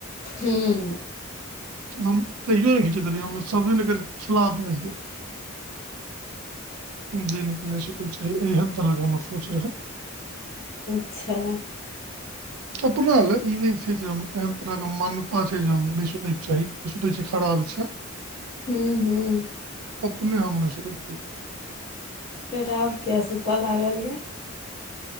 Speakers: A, on the left; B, on the right.
A: हूं।
B: हम तैयो नै घिचैत रहियै हम सबे नगर खिलाफ रहिय। दिन में सुतय छैय एहेन तरह के हमर सोच रहे।
A: अच्छा।
B: अपना लए ई नै छै जे हम एहन तरह के मान्यता छै जे हम नै सुतय के चाही जे सुतै छै खराब छै।
A: हूं-हूं
B: अपने हम नै सुतैत रहियै।
A: फेर आब किया सूतऽ लागल यऽ।